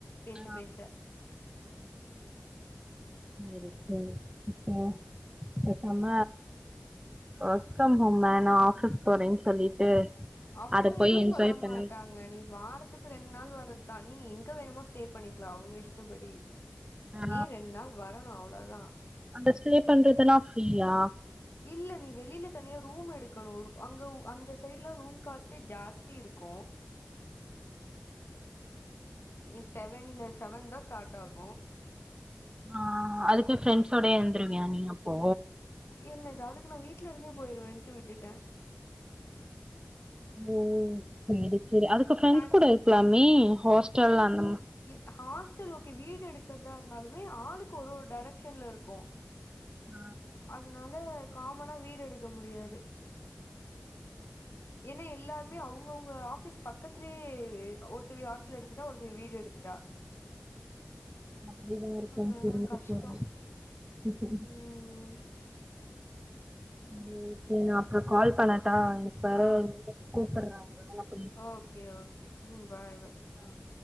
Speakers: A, on the left (about 85°); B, on the right (about 20°).
A: பேச
B: ஆ
A: பேச
B: செரி செரி அ பெசாம ஒர்க் ஃப்ரம் ஹோம் வேணா ஆஃபீஸ் போறேன் சொல்லிட்டு
A: அவுங்க
B: அத போய்
A: எதுவு
B: என்ஜாய்
A: சொல்ல
B: பண்ணு
A: மாட்டாங் நீ வாரத்துக்கு ரெண்ட் நாள் வரத்தா நீ எங்க வேணுமோ ஸ்டே பண்ணிக்கலா அவுங்க இஷ்டப்படி
B: ஆ
A: நீ ரெண் நாள் வரணு அவ்ளதா
B: அந்த ஸ்டே பண்றதெல்லா ஃப்ரீயா
A: இல்ல நீ வெளில தனியா ரூம் எடுக்கணு அங்க அந்த சைடு் எல்லா ரூம் காஸ்ட்டே ஜாஸ்தி இருக்கு ஸ் செவன்ல செவன் தா ஸ்டார்ட் ஆகு
B: ஆ அதுக்கு ஃப்ரெண்ட்ஸ்யோட இருந்துருவியா நீ அப்போ
A: என்னது அதுக்கு நா வீட்ல இருந்தே போயிருவேன்ட்டு விட்டுட்ட
B: ஓ சேரி சேரி அதுக்கு ஃப்ரெண்ட்ஸ்
A: தனி
B: கூட இருக்கலாமே ஹாஸ்டல்
A: ஃப்ரெண்ட்ஸ்
B: அந்தமா
A: ஹாஸ்டல் ஓகே வீடு எடுக்கிறதா இருந்தாலுமே ஆளுக்கு ஒரு ஒரு டைரக்ஷன்ல இருக்கோ
B: ஆ
A: அதனால காமனா வீடு எடுக்க முடியாது ஏனே எல்லாருமே அவங்கவுங்க ஆபீஸ் பக்கத்துலேயே வே ஆவ் ஒருத்தவி ஹாஸ்டல் எடுத்துட்டா ஒருத்தவி வீடு எடுத்துட்டா
B: அப்டிதா இருக்கு
A: அதனால
B: புரியுது
A: கஷ்டோ
B: புரியுது
A: ம்
B: <unintelligible> நா அப்றோ கால் பண்ணட்டா இப்பேர
A: ஆ
B: வந்து கூப்டுறாங்க
A: ஓகே ஓகே ம் பாய் பாய் ஆ